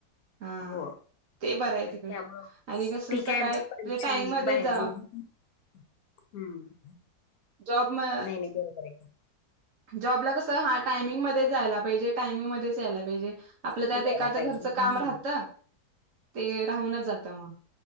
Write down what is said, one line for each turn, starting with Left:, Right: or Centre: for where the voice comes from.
Right: हा.
Left: हो.
Right: ते बरं आहे तिकडे
Left: त्यामुळं
Right: आणि कस
Left: ती
Right: सकाळी
Left: काय आमच्या परमिशन
Right: टाईम
Left: नाहीये
Right: मध्येच
Left: बाहेर
Right: जाव.
Left: जाऊन हम्म,
Right: जॉब म''--''
Left: आणि गोड करायचं.
Right: जॉबला कसं हा टायमिंगमध्येच जायला पाहिजे टायमिंगमध्येच यायला पाहिजे. आपलं
Left: आहे
Right: त्यात
Left: यायला
Right: एखाद
Left: पाहिजे
Right: घरचं
Left: हम्म
Right: काम राहतं ते राहूनच जातं मग.